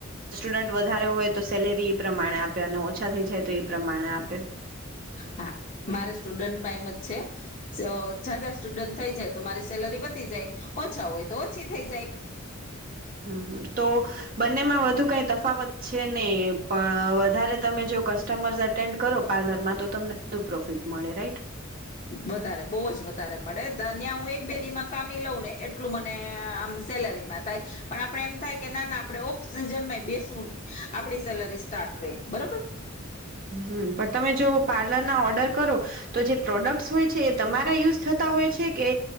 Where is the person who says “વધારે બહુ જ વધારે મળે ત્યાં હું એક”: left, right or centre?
Left